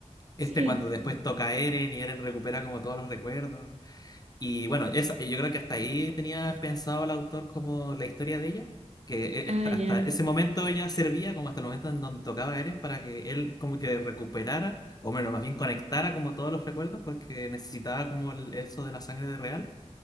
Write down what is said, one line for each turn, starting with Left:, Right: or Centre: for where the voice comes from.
Right: Sí,
Left: Este cuando después toca a Eren y Eren recupera como todos los recuerdos. Y bueno, esa- eh, yo creo que hasta ahí tenía pensado el autor como la historia de ella, que e-
Right: ah,
Left: hasta, hasta
Right: ya,
Left: ese momento ella servía como hasta el momento en donde tocaba a Eren para que él como que recuperara, o bueno, más bien conectara como todos los recuerdos porque necesitaba como el- eso de la sangre de real,